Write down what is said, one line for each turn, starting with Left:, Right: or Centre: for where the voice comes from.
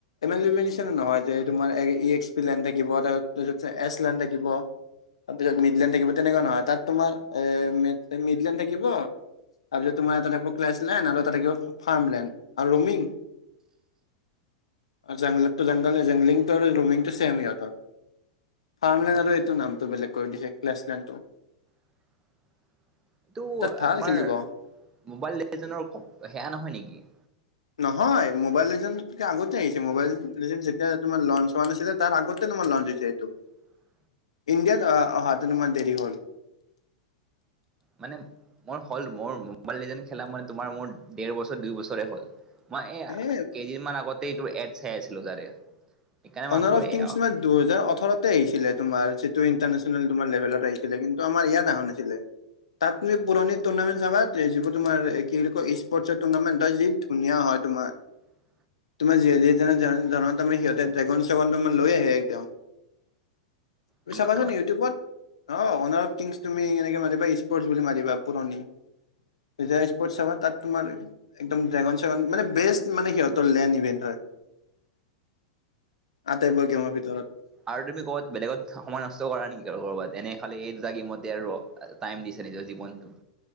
Left: এম এল বি নহয় যে তোমাৰ ই এক্স পি লেন থাকিব তাৰছত এছ লেন থাকিব। তাৰপিছত মিডলেণ্ড থাকিব তেনেকুৱা নহয় তাত তোমাৰ এ মিডলেণ্ড থাকিব। তাৰপিছত তোমাৰ এটা থাকিব ক্লেছ লেন আৰু এটা থাকিব ফাৰ্ম লেন আৰু ৰ'মিং। অ', জেংলত জংগল জংলংটো ৰুমিংটো চেম সিহঁতৰ। ফাৰ্মলেন আৰু এইটো নামটো বেলেগ কৰি দিছে ক্লেছলেণ্ডটো।
Right: <inaudible> এইটো
Left: তাত ভাল
Right: তোমাৰ
Left: খেলিব
Right: মোবাইল <unintelligible> সেয়া নহয় নেকি।
Left: নহয় মোবাইল এজেণ্টতকে আগতে আহিছে মোবাইল এজেন্ট যেতিয়া তোমাৰ লঞ্চ হোৱা নাছিলে তাৰ আগতেই লঞ্চ হৈছে এইটো।
Right: <inaudible>
Left: ইণ্ডিয়াত অহাতে অলপমান দেৰি হ'ল।
Right: মানে মই হ'ল মোৰ মোম্বাইল এজেন্ট খেলা মান তোমাৰ মোৰ দেৰ বছৰ দুই বছৰে হ'ল। মই এই
Left: এ
Right: কেইদিনমান আগতে এইটো এদ চাই আছিলোঁ তাৰে সেইকাৰণে ভাবছো
Left: অনাৰ অফ
Right: এই
Left: কিমছ মেইন দুহেজাৰ ওঠৰতে আহিছিলে তোমাৰ যিটো ইন্টাৰনেচলন তমাৰ লেভেলত আহিছিলে কিন্তু আমাৰ ইয়াত আহা নাছিলে। তাত তুমি পুৰণি টুৰ্ণামেণ্ট চাবা যিবোৰ তোমাৰ এ কি বুলি কয় স্পৰ্টছৰ টুৰ্ণামেণ্ট হয় যি ধুনীয়া হয় তোমাৰ
Right: <inaudible>
Left: তুমাৰ <unintelligible> <unintelligible> সিহঁত এ ড্ৰেগন চেগ'ন ত লৈ আহে এতিয়াও তুমি
Right: কি
Left: চাবাচোন
Right: কোৱা
Left: ইউটিউবত। অ', অনাৰ অফ কিংছ তুমি এনেকে মাৰিবা স্পৰ্টছ বুলি মাৰিবা পুৰণি। এতিয়া স্পৰ্টছ চাবা তাত তোমাৰ একদম ড্ৰেগন চেগন মানে বেষ্ট মানে সিহঁতৰ লেণ্ড ইভেন্ট হয়। আটাইবোৰ গেম'ৰ ভিতৰত।
Right: আৰু তুমি ক'বাত বেলেগত সময় নষ্ট কৰা নেকি আৰু কৰ'বাত এনে খালে এই দুটা গেম'তে আৰু টাইম দিছে নিজৰ জীৱনটো।